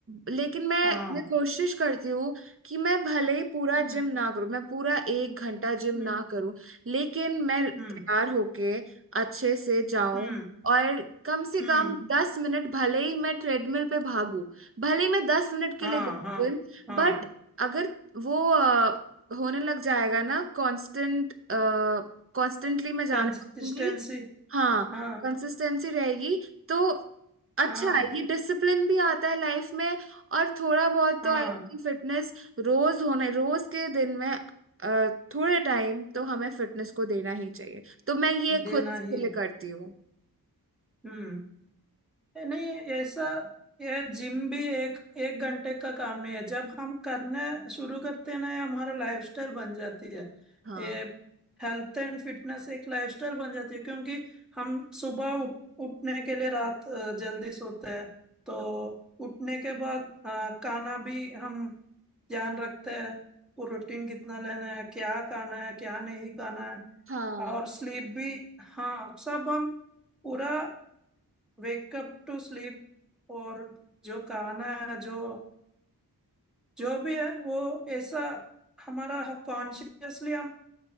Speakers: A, on the right (about 35°); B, in the centre.
A: लेकिन मैं
B: हाँ
A: मैं कोशिश करती हूँ कि मैं भले ही पूरा
B: हम्म
A: जिम ना करूँ मैं पूरा एक घंटा जिम
B: हम्म
A: ना करूँ लेकिन मैं तैयार
B: हम्म
A: होके अच्छे से जाऊं
B: हम्म
A: और कम से
B: हम्म
A: कम दस मिनट भले ही मैं ट्रेडमिल पे भागू भले ही मैं दस मिनट के
B: हाँ
A: लिए जाऊँ
B: हाँ
A: जिम
B: हाँ
A: बट अगर वो अ, होने लग जाएगा ना कांस्टेंट कांस्टेंटली मैं जाने
B: कंसिस्टेंसी
A: लगूंगी हाँ
B: हाँ
A: कंसिस्टेंसी रहेगी तो अच्छा
B: हाँ
A: है ये डिसिप्लिन भी आता है लाइफ में और थोड़ा बहुत
B: हाँ
A: तो आई थिंक फिटनेस रोज होना रोज के दिन में अ, थोड़े टाइम तो
B: हाँ,
A: हमें फिटनेस को देना ही चाहिए तो मैं ये
B: देना
A: खुद के
B: ही
A: लिए
B: है
A: करती हूँ
B: हम्म नहीं ऐसा यह जिम भी एक एक घंटे का काम नहीं है जब हम करने शुरू करते हैं ना ये हमारा लाइफस्टाइल बन जाती है
A: हाँ
B: ये हेल्थ एंड फिटनेस एक लाइफस्टाइल बन जाती है क्योंकि हम सुबह उठ, उठने के लिए रात अ, जल्दी सोते हैं तो
A: हाँ
B: उठने के बाद अ, खाना भी हम ध्यान रखते हैं प्रोटीन कितना लेना है क्या खाना है क्या नहीं खाना है
A: हाँ
B: और स्लीप भी हाँ सब हम पूरा वेकअप टू स्लीप और जो गाना है जो जो भी है वो ऐसा हमारा कॉन्शियसली हम